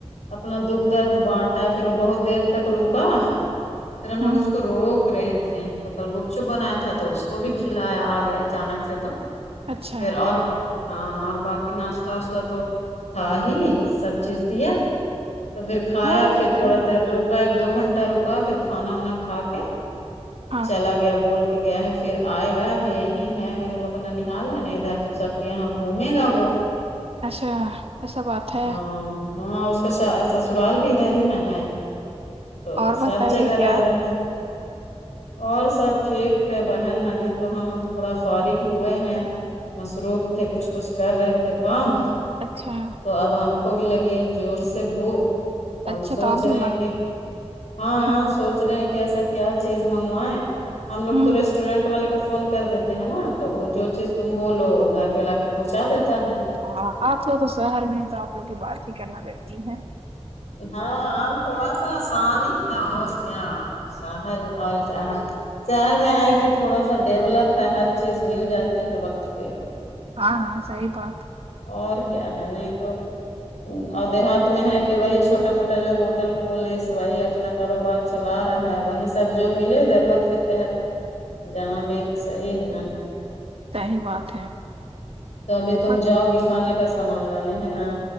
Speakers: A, on the left (about 80°); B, on the right (about 60°).
A: اپنا دکھ درد بانٹا پھر وہ بہت دیر تک روکا پھر ہم لوگ
B: ہوں
A: اس کو روک رک رہے تھے تو کل گپ چپ بنایا تھا تو اس کو بھی کھلایا آگے اچانک سے تو
B: اچھا
A: پھر اور ہاں اور باقی ناشتہ واشتہ تو تھا ہی سب چیز دیا تو پھر کھایا
B: ہاں
A: پھر
B: صحیح
A: تھوڑا
B: بات
A: دیر رکا ایک دو گھنٹہ رکا پھر کھانا وانا کھا کے
B: ہاں
A: چلا گیا بول کہ گیا ہے پھر آئے گا اب یہیں ہے اب ہم لوگ کا ننحال ہے نا ادھر تو سب کے یہاں گھومے گا وہ
B: اشا ایسا بات ہے
A: ہاں ہاں اس کا سسرال بھی ادھر ہی نہا ہے تو
B: اور
A: سب
B: بتائیے
A: جگہ
B: کیا
A: رہ رہا ہے اور سب ٹھیک ہے بہن ابھی تو ہم تھوڑا فارغ ہوئے ہیں مصروف تھے کچھ کچھ کر رہے تھے کام
B: اچھا
A: تو اب ہم کو بھی لگی ہے زور سے بھوک تو ہم
B: اچھا
A: سوچ
B: آپ
A: رہے
B: بھی
A: ہیں
B: ماں
A: کہ ہاںاں
B: ہاں
A: سوچ چ رہے ہیں کہ ایسا کیا چیز منگوائیں ہم لوگ
B: ہوں
A: تو ریسٹورینٹ والے کو فون کر دیتے ہیں نا تو وہ جو چیز تم بولو وہ گھر پہ لا کے پہنچا دیتا ہے
B: ہاں آپ کا تو شہر میں تو آپ لوگ کی بات ہی کرنا بقین ہے
A: ہاں تھوڑا سا آسانی ہی ہے اور کیا شہر اور کیا ہے شہر میں ہے کہ تھوڑا سا ڈیولپ ہے ہر چیز مل جاتی ہے وقت پہ
B: ہاں ہاں سی بات
A: اور کیا ہے نہیں تو اور دیہات میں ہے کہ وہی چھوٹا موٹا جو ہوٹل کھولس وہی اپنا کاروبار چلا رہا ہے وہی سب جو ملے ضرورت کے تحت جہاں بھی صحیح ہے نا
B: صحی بات ہے
A: تو ابھی تم
B: ہاں
A: جاؤ گی کھانے کا سامان لانے ہے نا